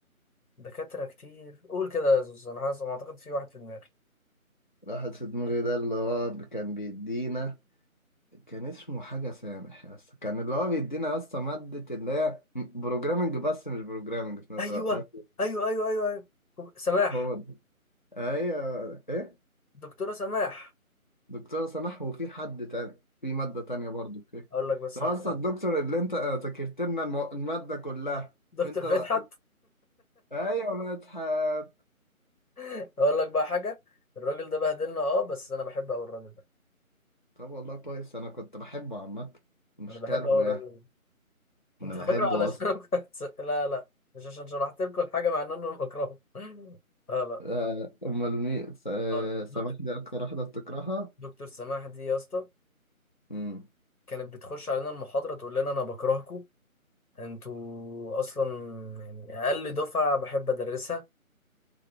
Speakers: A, on the left; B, on the left.
A: دكاترة كتير قول كده يا زوز انا حاسس ما اعتقد في واحد في دماغي
B: واحد في دماغي ده اللي هو كان بيدينا كان اسمه حاجة سامح يا اسطى كان اللي هو بيدينا يا اسطى مادة اللي هي بروجرامنج بس مش بروجرامنج في نفس
A: ايوه
B: الوقت نفس-
A: ايوه ايوه ايوه ايوه سماح
B: هو ده ايوه ايه
A: دكتورة سماح
B: دكتورة سماح وفي حد تاني في مادة تانية برضو كده
A: اقول لك بس
B: ده
A: حاجة
B: أصلا الدكتور اللي أنت آه، ذاكرت لنا المو- المادة كلها
A: دكتور
B: أنت
A: فتحت
B: لا أيوة مدحت
A: <laughs> اقول لك بقى حاجة الراجل ده بهدلنا اه بس انا بحب قوي الراجل ده
B: طب والله كويس أنا كنت بحبه عامة مش
A: انا بحب
B: كارهه
A: قوي الراجل
B: يعني
A: ده انت
B: أنا بحبه
A: فاكره علشان
B: أصلا
A: أنا كنت لا لا مش عشان شرحت لكم الحاجه مع ان انا بكرهه <laughs> لا لا
B: آه، أمال مين س- آه،
A: لا لا.
B: سماح
A: دكتور
B: دي أكتر واحدة بتكرهها
A: دكتور سماح دي يا اسطى
B: مم.
A: كانت بتخش علينا المحاضره تقول لنا انا بكرهكم انتوا اصلا يعني اقل دفعه بحب ادرسها